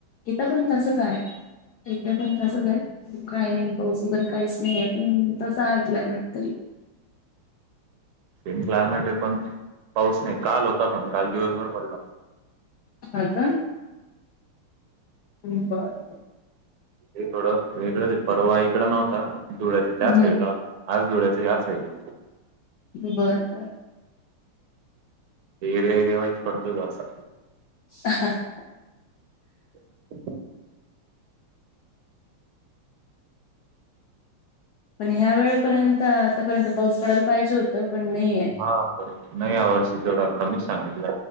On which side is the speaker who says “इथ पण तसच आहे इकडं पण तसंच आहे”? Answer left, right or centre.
Left